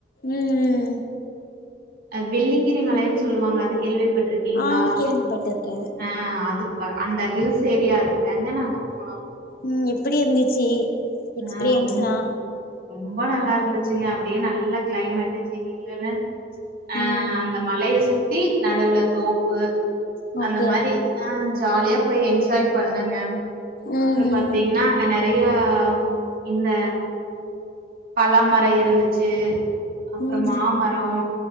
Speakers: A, on the left; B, on the right.
A: ம்
B: வெள்ளிங்கிரி மலைன்னு சொல்லுவாங்க அதுக் கேள்விப்பட்டிருக்கீங்களா
A: ஆ கேள்விப்பட்டிருக்கே
B: ஆ அது அந்த ஹில்ஸ் ஏரியாக்கு தாங்க நாங்க போனோ
A: ம் எப்பிடி இருந்துச்சி எக்ஸ்பிரியன்ஸ்லா
B: ஆ ரொம் ரொம்ப நல்லா இருந்துச்சிங்க அப்பிடியே நல்ல கிளைமெட்டு் ஜில்லுன்னு அ
A: ம்
B: அந்த மலைய சுத் த்தி நடுவுல தோப்பு
A: ஓகே
B: அந்த மாரி அ ஜாலியா போய் என்ஜாய் பண்ணுங்க
A: ம்
B: ப்புறோ பாத்தீங்கன்னா
A: ம்
B: அங்க நெ நெறையா இந்த பலாமரோ இருந்துச்சி அப்றோ
A: ம்
B: மாமரொ